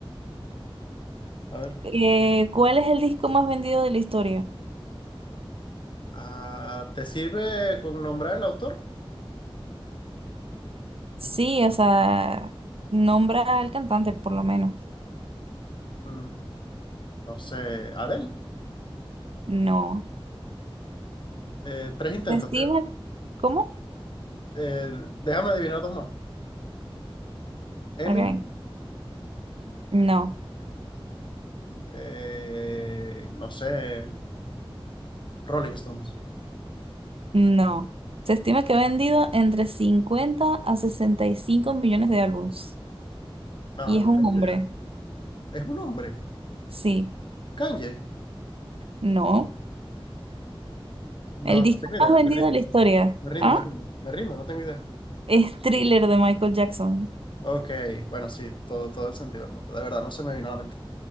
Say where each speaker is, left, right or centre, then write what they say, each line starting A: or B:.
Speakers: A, on the left; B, on the right.
A: a ver.
B: Eh, ¿cuál es el disco más vendido de la historia?
A: Ah, ¿te sirve con nombrar el autor?
B: Sí, o sea, nombra al cantante por lo menos.
A: Mm, no sé, Adele.
B: No.
A: Eh, tres intentos.
B: Se estima,
A: te-
B: ¿cómo?
A: eh, déjame adivinar dos más. Eminem,
B: Ok. No,
A: eh, no sé, Rolling Stones.
B: no. Se estima que ha vendido entre 50 a 65 millones de álbumes.
A: No,
B: Y es
A: no
B: un
A: tengo
B: hombre.
A: idea. Es un hombre.
B: Sí,
A: Kanye.
B: no.
A: No,
B: El disco
A: no tengo idea,
B: más vendido
A: me rindo,
B: de la historia.
A: me rindo,
B: ¿Ah?
A: me rindo, me rindo, no tengo idea.
B: Es Thriller de Michael Jackson.
A: Ok, bueno, sí, todo, todo el sentido del mundo. De verdad, no se me vino a la mente.